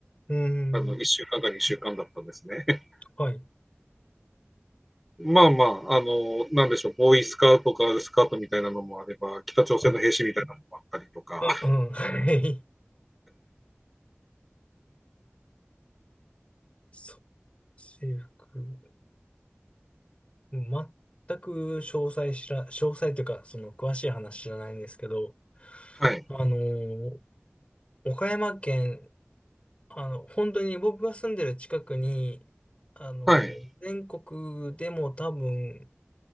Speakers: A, on the left; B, in the centre.
A: うーん、
B: あの、1週間か2週間だったんですね。<laughs>
A: はい、
B: まあまあ、あの、なんでしょう、ボーイスカートかスカートみたいなのもあれば、北朝鮮の兵士みたいなのもあったりとか、
A: はい。うん、
B: <laughs>
A: うん、はい。そう、制服。全く詳細知ら、詳細というか、その詳しい話知らないんですけど、
B: はい、
A: あのー岡山県あの、本当に僕が住んでる近くに、あの、
B: はい。
A: 全国でも多分、